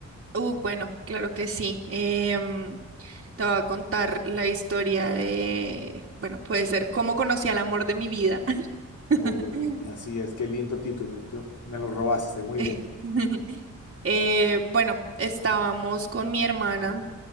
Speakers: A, on the right (about 45°); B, on the left (about 75°).
A: Uh, bueno, claro que sí. Em, te voy a contar la historia de, bueno, puede ser cómo conocí al amor de mi vida. <laughs>
B: Uy, así es, qué lindo título. Yo, me lo robaste, muy
A: <laughs>
B: bien.
A: Eh, bueno, estábamos con mi hermana